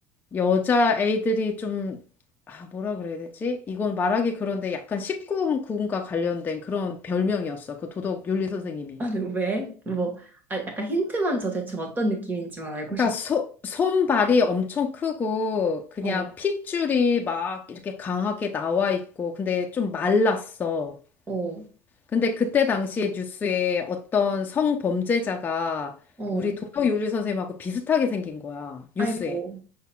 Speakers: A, on the left; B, on the right.
A: 여자 애들이 좀, 아, 뭐라 그래야 되지? 이건 말하기 그런데 약간 1구금과 관련된 그런 별명이었어. 그 도덕윤리 선생님이.
B: 아니, 왜? 뭐, 아, 약간 힌트만 줘 대충 어떤 느낌인지만 알고
A: 그러니까
B: 싶어.
A: 소, 손발이 엄청 크고 그냥
B: 어,
A: 핏줄이 막 이렇게 강하게 나와 있고 근데 좀 말랐어.
B: 어,
A: 근데 그때 당시에 뉴스에 어떤 성범죄자가
B: 어,
A: 우리 도덕 윤리 선생님하고 비슷하게 생긴 거야. 뉴스에.
B: 아이고,